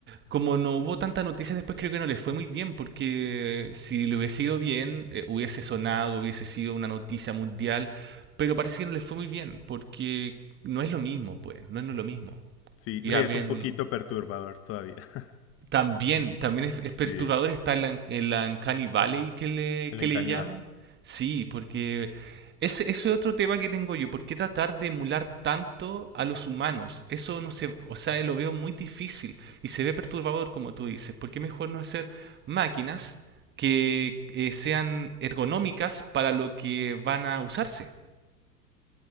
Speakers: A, on the right; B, on the left.
A: Como no hubo tanta noticia después, creo que no le fue muy bien, porque si le hubiese ido bien, eh, hubiese sonado, hubiese sido una noticia mundial, pero parece que no le fue muy bien, porque no es lo mismo, pues, no no es lo mismo.
B: Sí,
A: Ir
B: no,
A: a
B: y es
A: ver
B: un poquito perturbador todavía. <laughs>
A: También, también es, es
B: Sí,
A: perturbador está el la, en la Uncanny Valley que le,
B: el
A: que
B: Encanibal.
A: le llaman. Sí, porque ese, ese es otro tema que tengo yo. ¿Por qué tratar de emular tanto a los humanos? Eso no sé, o sea, lo veo muy difícil y se ve perturbador, como tú dices. ¿Por qué mejor no hacer máquinas que eh, sean ergonómicas para lo que van a usarse?